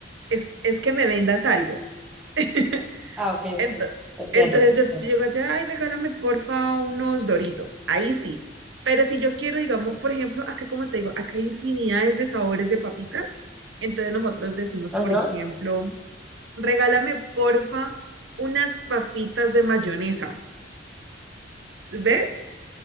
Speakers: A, on the right (about 85°); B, in the centre.
A: es, es que me vendas algo. <laughs>
B: Ah, ok, ok,
A: Ento-
B: entiendo,
A: Entonces
B: sí,
A: yo
B: entiendo.
A: llego allá, ay, regálame porfa unos Doritos. Ahí sí. Pero si yo quiero, digamos, por ejemplo, acá como te digo, acá hay infinidades de sabores de papitas. Entonces nosotros decimos,
B: Ajá,
A: por ejemplo, regálame porfa unas papitas de mayonesa. ¿Ves?